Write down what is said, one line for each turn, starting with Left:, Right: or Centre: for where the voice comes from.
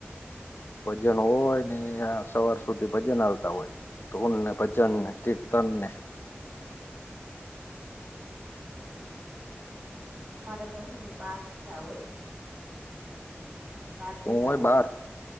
Left: ભજન હોય ને આ સવાર સુધી ભજન હાલતા હોય. ધૂન ને, ભજન ને, કીર્તન ને.
Right: અમારે તો હે ને <unintelligible> હોય. બાર
Left: શું
Right: ધજા
Left: હોય બાર?